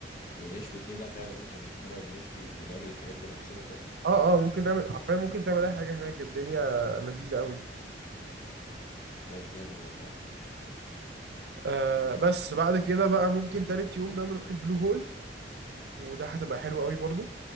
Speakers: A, on the left (about 50°); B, on the right (about 65°).
A: ونشوي في هناك يعني اوبشن ان احنا نقعد نشوي ونعمل الحاجات بنفسنا كده
B: اه اه ممكن نعمل حرفيا ممكن تعمل أي حاجة هناك الدنيا لذيذة قوي
A: طيب جامد والله
B: آه بس بعد كده بقى ممكن تالت يوم ده نروح البلو هول وده هتبقى حلوة قوي برضو